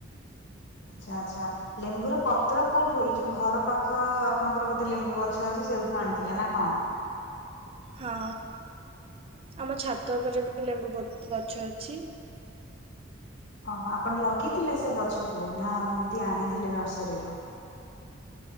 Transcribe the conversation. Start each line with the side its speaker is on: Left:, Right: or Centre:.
Left: ଆଚ୍ଛା ଆଛା ଲେମ୍ବୁ ର ପତ୍ର କୋଉଠୁ ଏଇ ଯୋଉ ଘର ପାଖ ଆପଣଙ୍କର ବୋଧେ ଲେମ୍ବୁ ଗଛ ଅଛି ସେଇଠୁ ଆଣିଥିଲେ ନା କଣ
Right: ହଁ ଆମ ଛାତ ଉପରେ ଯ ଲେମ୍ବୁ ଗଛ ଅଛି।
Left: ଓହୋ ଆପଣ ଲଗେଇଥିଲେ ସେ ଗଛକୁ ନା ଏମତି ଆଣିଥିଲେ ନର୍ସରୀରୁୁ